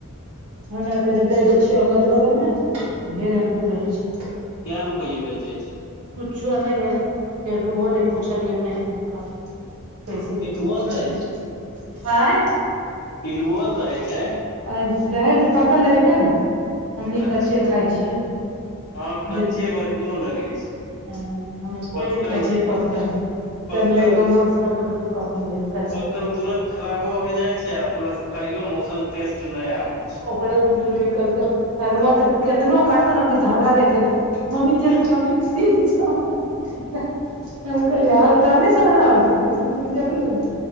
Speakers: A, on the right (about 85°); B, on the left (about 70°).
A: हमरा तऽ जे दै दय छियौ अगल-बगल में ढेरे अमदूर रहै छी
B: केऽ रुपयै बेचै छी।
A: कुछो नहि जानि कियो नै ओहो नहि पुछलियै फुफा से कैसे
B: हँ पिलुओ
A: बैचय छी।
B: रहै
A: आँय
B: पिलुवो रहै छै।
A: आ रहै तऽ पकल लेबै तऽ ने हमनी
B: अच्छा
A: कच्चे खाइ छियौ
B: हँ कच्चे
A: जे
B: बढ़ियो लगै छै
A: ह हमे
B: पक्कल
A: कोइ नहि खाइ छी पक्कल सब
B: पक्कल
A: लैकंवो सब खैतो पकले, कचके
B: पकल तुरत खराबो होय जाय छै आ प्लस खाइयो मे औसन टेस्ट नहि आबे छै
A: ओकरे मे पिल्लू निकलतउ अनुवा तऽ केतनो कटतै अमदुत हमरा देखेत मम्मी देखतऽ
B: छै
A: मम्मी <unintelligible> हम कहलिये आर तोरा नहि समझ आबै छै चिट्ठीमे देखल ने